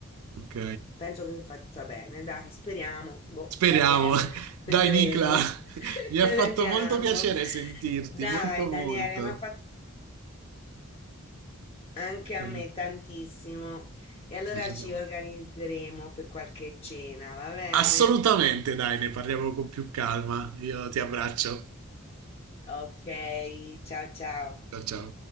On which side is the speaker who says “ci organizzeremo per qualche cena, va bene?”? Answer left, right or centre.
Left